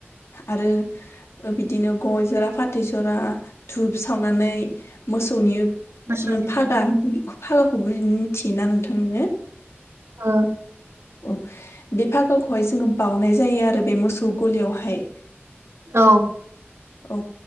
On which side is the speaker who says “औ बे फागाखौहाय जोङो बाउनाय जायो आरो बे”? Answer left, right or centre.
Left